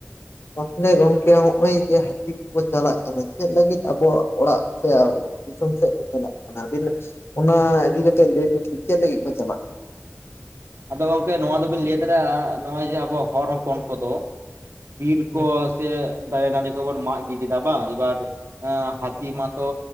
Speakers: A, on the left (about 60°); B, on the right (about 60°).
A: ᱛᱟᱦᱚᱞᱮ ᱜᱚᱝᱠᱮᱭ ᱦᱚᱜᱚᱭ ᱡᱮ ᱴᱤᱠ ᱠᱚ ᱪᱟᱞᱟᱜ ᱠᱟᱱᱟ ᱪᱮᱫ ᱞᱟᱹᱜᱤᱫ ᱟᱵᱚᱣᱟᱜ ᱚᱲᱟᱜ ᱥᱮ ᱫᱤᱥᱚᱢ ᱥᱮᱫ ᱠᱚ ᱪᱟᱞᱟᱜ ᱠᱟᱱᱟ ᱟᱹᱵᱤᱞᱟᱠᱥ ᱚᱱᱟ ᱤᱫᱤ ᱠᱟᱛᱮᱫ ᱵᱮᱰ ᱫᱚ ᱪᱮᱫ ᱞᱟᱹᱜᱤᱫ ᱠᱚ ᱪᱟᱞᱟᱜ ᱠᱟᱱᱟ?
B: ᱟᱫᱚ ᱜᱚᱝᱠᱮ ᱱᱚᱣᱟ ᱫᱚᱵᱤᱱ ᱞᱟᱹᱭ ᱟᱠᱟᱫᱟ ᱱᱚᱜᱚᱭ ᱡᱮ ᱟᱵᱚ ᱦᱚᱨ ᱦᱚᱯᱚᱱ ᱠᱚᱫᱚ ᱵᱤᱨ
A: ᱠᱟᱱᱟ?
B: ᱠᱚ ᱥ ᱥᱮ, ᱫᱟᱨᱮ ᱱᱟᱹᱲᱤ ᱠᱚᱵᱚᱱ ᱢᱟᱜ ᱜᱤᱰᱤ ᱮᱫᱟ ᱵᱟᱝ? ᱮᱹᱵᱟᱨ ᱮᱸ ᱦᱟᱹᱛᱤ ᱢᱟᱛᱚ